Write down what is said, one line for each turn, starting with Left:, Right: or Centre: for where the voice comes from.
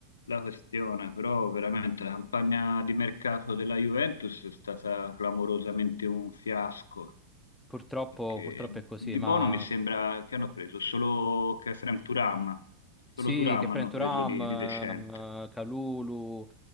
Left: la questione, però veramente la campagna di mercato della Juventus è stata clamorosamente un fiasco.
Centre: Purtroppo,
Left: Perché
Centre: purtroppo è così,
Left: di
Centre: ma
Left: buono mi sembra che hanno preso solo Khurram Turam, solo
Centre: Sì,
Left: Turam
Centre: che Frenturam,
Left: hanno preso di, di decente.
Centre: eh, Kalulu,